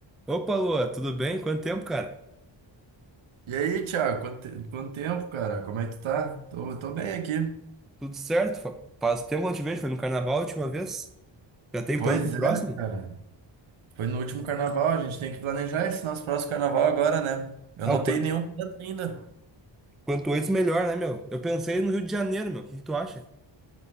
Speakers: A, in the centre; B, on the right.
A: Opa, Lua, tudo bem? Quanto tempo, cara?
B: E aí, Thiago, quanto, te- quanto tempo, cara? Como é que tu tá? Tô, tô bem aqui.
A: Tudo certo? Fa- Faz tempo que eu não te vejo, foi no carnaval a última vez. Já tem
B: Pois
A: plano pro
B: é,
A: próximo?
B: cara. Foi no último carnaval, a gente tem que planejar esse nosso próximo carnaval agora, né? Eu
A: Ah,
B: não
A: o
B: tenho
A: quanto,
B: nenhum plano ainda.
A: quanto antes melhor, né, meu? Eu pensei no Rio de Janeiro, meu. O que que tu acha?